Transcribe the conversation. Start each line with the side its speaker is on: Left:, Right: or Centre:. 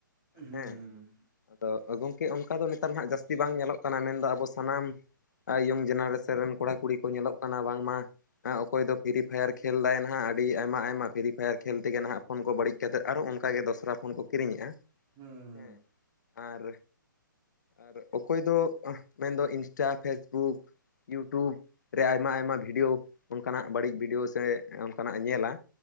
Right: ᱦᱩᱸ
Left: ᱦᱮᱸ,
Right: ᱦᱩᱸ
Left: ᱟᱫᱚ ᱜᱚᱢᱠᱮ ᱚᱱᱠᱟ ᱫᱚ ᱱᱮᱛᱟᱨ ᱦᱟᱸᱜ ᱡᱟᱹᱥᱛᱤ ᱵᱟᱝ ᱧᱮᱞᱚᱜ ᱠᱟᱱᱟ ᱢᱮᱱᱫᱚ ᱟᱵᱚ ᱥᱟᱱᱟᱢ ᱤᱭᱚᱝ ᱡᱮᱱᱟᱨᱮᱥᱮᱱ ᱨᱮᱱ ᱠᱚᱲᱟ ᱠᱩᱲᱤ ᱠᱚ ᱧᱮᱞᱚᱜ ᱠᱟᱱᱟ ᱵᱟᱝᱢᱟ ᱚᱠᱚᱭ ᱫᱚ ᱯᱷᱨᱤ ᱯᱷᱟᱭᱟᱨ ᱠᱷᱮᱞ ᱫᱟᱭ ᱱᱟᱦᱟᱜ ᱟᱹᱰᱤ ᱟᱭᱢᱟ ᱟᱭᱢᱟ ᱯᱷᱨᱤ ᱯᱷᱟᱭᱟᱨ ᱠᱷᱮᱞ ᱛᱮᱜᱮ ᱱᱟᱦᱟᱜ ᱯᱷᱳᱱ ᱠᱚ ᱵᱟᱹᱲᱤᱡ ᱠᱟᱛᱮᱫ ᱟᱨᱚ ᱚᱱᱠᱟᱜ ᱜᱮ ᱫᱚᱥᱨᱟ ᱯᱷᱳᱱ ᱠᱚ ᱠᱤᱨᱤᱧᱮᱼᱟ ᱾
Right: ᱦᱩᱸᱻ
Left: ᱦᱮᱸ ᱟᱨ ᱟᱨ ᱚᱠᱚᱭ ᱫᱚ ᱢᱮᱱᱫᱚ ᱤᱱᱥᱴᱟ ᱯᱷᱮᱥᱠ ᱵᱩᱠ ᱤᱭᱩᱴᱩᱵᱽ ᱨᱮ ᱟᱭᱢᱟ ᱟᱭᱢᱟ ᱵᱷᱤᱰᱭᱳ ᱚᱱᱠᱟᱱᱟᱜ ᱵᱟᱹᱲᱤᱡ ᱵᱷᱤᱰᱭᱳ ᱥᱮ ᱨᱮ ᱚᱱᱠᱟᱱᱟᱜ ᱮ ᱧᱮᱞᱟ,